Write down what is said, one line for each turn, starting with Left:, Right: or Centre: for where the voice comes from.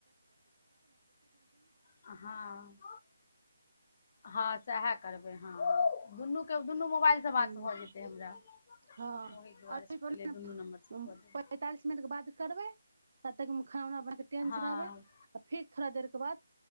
Left: हँ हँ सएह करबै हँ दुनू के दुनू मोबाइलसँ बात
Right: हूँ
Left: भऽ जेतै हमरा
Right: हँ
Left: ओहि दुआरे
Right: अभी
Left: सुटलै दुनू नम्बरसँ
Right: पैंतालिस
Left: कऽ दब
Right: मिनटके बाद करबै तब तक खाना उना बनाके टेनच
Left: हँ
Right: रहबै आ फेर थोड़ा देरके बाद